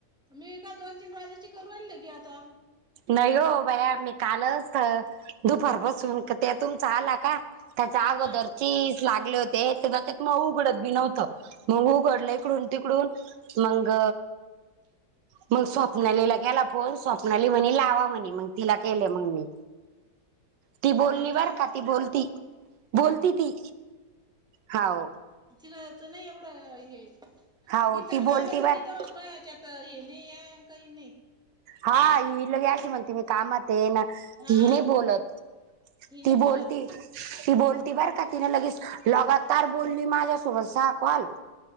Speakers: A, in the centre; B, on the right (about 85°).
A: मी एका दोन तीन वाजाची करून आणलं के आता
B: नाही हो बाया मी कालच दुपार बसून त्यातुमचचा आला का त्याचा अगोदर
A: हा
B: चीज लागले होते ते त्यात मग उघडत बी नव्हतं मग उघडलं इकडून तिकडून मग मग स्वप्नाला गला फ स्वप् म्हणे लावा म्हणे मग तिला केले मग म ती बोलली
A: हाव
B: बरं
A: ना मग
B: का ती बोलती बोलती ती हा ओ
A: तिला तर नाही एवढं हे
B: हाव
A: गीता
B: ती
A: लावलं
B: बोलती
A: तर
B: बर
A: गीतावर भयाच्यात तर येणे या अ काय नाही
B: हा इल याची म्हणती मी कामात ये ना
A: हा
B: ती नाही बोलत
A: नाही
B: ती
A: बोलत
B: बोलती ती बोलती बर का तिन लगेच लगातार बोलली माझ्यासोबसा कॉल